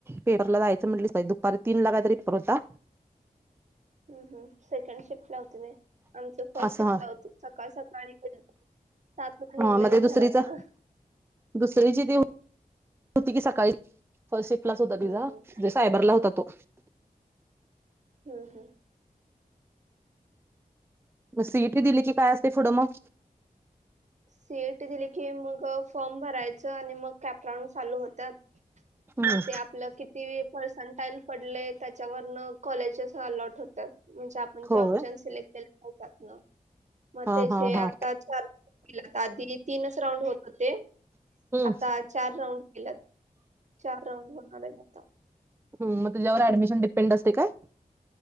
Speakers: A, on the right; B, on the right.
A: पेपरला जायचं म्हटलीच दुपारी तीन ला काय तरी पेपर होता.
B: हूं हूं सेकंड शिफ्ट ला होते ते आमचं फर्स्ट
A: असं
B: शिफ्ट ला होत सकाळ-सकाळी. सातलां
A: हा
B: निघलेलं
A: दुसरीचा
B: घरातनं.
A: दुसरी तरी ते. <unintelligible> होती की सकाळी फर्स्ट शिप होता
B: हम्म
A: तिचा
B: हम्म
A: जे सायबरला होता तो.
B: हम्म हम्म.
A: मग सीईटी दिली की काय असते पुढं मग?
B: सीईटी दिली की मग फॉर्म भरायच आणि मग कॅपराऊंड चालू होतात.
A: हम्म
B: मग ते आपलं किती पर्संटाईल पडलेय त्याच्यावरन कॉलेजेस अलॉट होतात म्हणजे आपण
A: होय
B: जे ऑप्शन सिलेक्ट केले होतात ना. मतेचे
A: हा हा
B: आता
A: हा
B: च. के आधी तीनच राऊंड होत होते
A: हम्म
B: आता चार राऊंड केलंत. चार राऊंड होणार आहेत आता.
A: मग त्याच्यावर ऍडमिशन डिपेंड असते का?